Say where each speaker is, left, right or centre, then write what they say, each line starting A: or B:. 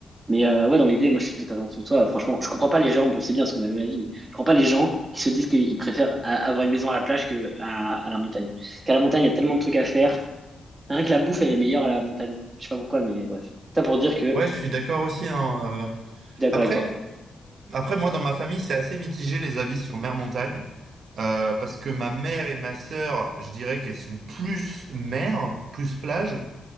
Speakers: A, on the right; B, on the right.
A: Mais euh, ouais, dans l'idée, moi je suis totalement sous toi. Franchement, je comprends pas les gens. Bon, c'est bien parce qu'on a le même avis, mais je comprends pas les gens qui se disent qu'ils préfèrent a- avoir une maison à la plage que à, à la montagne. Qu'à la montagne, il y a tellement de trucs à faire. Rien que la bouffe, elle est meilleure à la montagne. Je sais pas pourquoi, mais bref. Ça pour dire que je
B: ouais, je suis d'accord aussi. hein, euh.
A: suis d'accord
B: Après,
A: avec toi.
B: après, moi, dans ma famille, c'est assez mitigé les avis sur mer-montagne. Euh, parce que ma mère et ma sœur, je dirais qu'elles sont plus mer, plus plage.